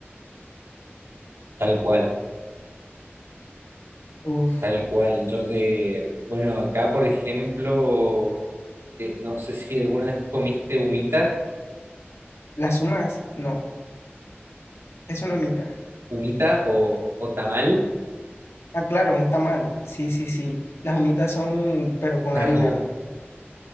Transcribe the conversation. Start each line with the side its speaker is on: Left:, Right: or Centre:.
Right: tal cual.
Left: Uf,
Right: Tal cual. Yo, eh, bueno, acá, por ejemplo, eh, no sé si alguna vez comiste humita,
Left: las humas, no, es una humita.
Right: humita o, o tamal.
Left: Ah, claro, un tamal, sí, sí, sí. Las humitas son, pero con
Right: Bueno,
Left: harina,
Right: no,
Left: ¿no?